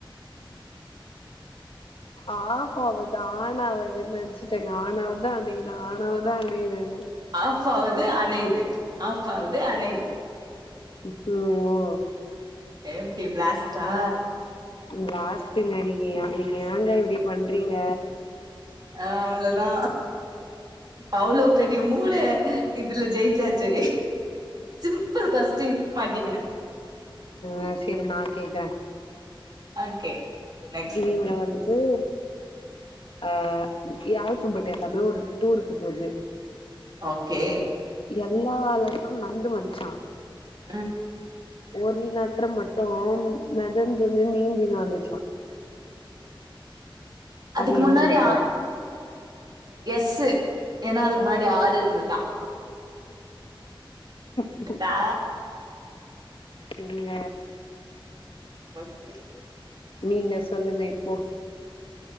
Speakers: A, on the left; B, on the right.
A: ஆப் ஆவுறத ஆன் ஆவறதுன்னு நெனச் ச்ச ஆனாவுது அணையுது ஆனாவுது அணையுதுன்னு
B: ஆஃப் ஆவுது அனையிது ஆஃப் ஆவுவது அனையிது
A: ஓ
B: எப்டி பிளாஸ்ட்டா
A: பிளாஸ்டுங்க நீங்க நீங்க ஏங்க இப்டி பண்றீங்க
B: ஆ அவ்ளோதா அவ்ளோ பெரிய மூள இதுல ஜெயிச்சாச்சு சிம்பிள் கொஸ்டின் மட்டிக்கின
A: ஆ செரி நா கேக்குறே
B: ஓகே நெக்ஸ்ட்
A: இங்க வந் து ஆ ஆல்ஃபபெட் எல்லாமே ஒரு டூருக்கு போது
B: ஓகே
A: எல்லா லெட்டரு நடந்து வந்துச்சா
B: ம்
A: ஒரு லெட்டர் மட்டு மெதந்துனு நீந்தினு வந்துச்சா
B: அதுக்கு
A: அது
B: முன்னாடி
A: என்ன லெட்டர்
B: ஆ எஸ்சு ஏன்னா அதுக்கு முன்னாடி ஆறு இருந்துதா
A: உ
B: கரெக்ட்டா
A: ங்க
B: ஓகே
A: நீங்க சொல்லுங்க இப்போ